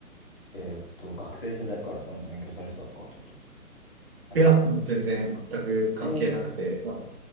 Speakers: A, on the left (about 40°); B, on the right (about 45°).
A: えーっと、学生時代からそういうの勉強されてたとかってことですか感じですか
B: いや、もう全然全く関係なくて、
A: ええー、
B: まあ、